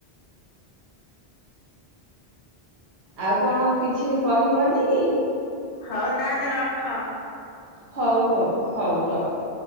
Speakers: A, on the right; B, on the left.
A: ଆଉ କଣ କିଛି କହିବନି କି?
B: ହଉ ତାହେନେ ରଖ।
A: ହଉ ହଉ ହଉ ରଖ।